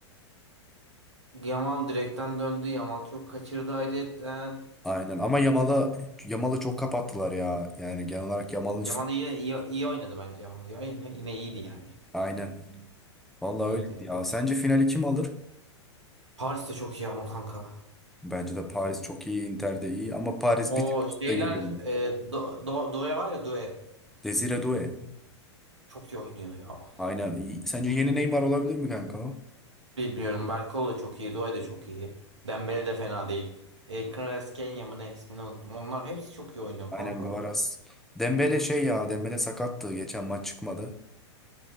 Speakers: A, on the right (about 80°); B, in the centre.
A: Yamal direkten döndü. Yamal çok kaçırdı ayrıyetten.
B: Aynen ama Yamal'a Yamal'ı çok kapattılar ya. Yani genel olarak Yamal'ın
A: Yamal da yine iyi, iyi oynadı bence Yamal ya. Yine yine iyiydi yani.
B: Aynen. Vallahi
A: İyiydi.
B: öyle ya. Sence finali kim alır?
A: Paris de çok iyi ama kanka.
B: Bence de Paris çok iyi, Inter de iyi ama Paris
A: O
B: bir tık üstte
A: şeyler
B: görüyorum.
A: e, do, do, Doué var ya Doué.
B: Desire Doué.
A: Çok iyi oynuyor ya.
B: Aynen iyi. Sence yeni Neymar olabilir mi kanka o?
A: Bilmiyorum. Berkol da çok iyi. Doué de çok iyi. Dembele de fena değil. E, Kvaratskhelia Kenya mı ne ismini unuttum. Onlar hepsi çok iyi oynuyor
B: Aynen
A: kanka.
B: Kvaras. Dembele şey ya, Dembele sakattı. Geçen maç çıkmadı.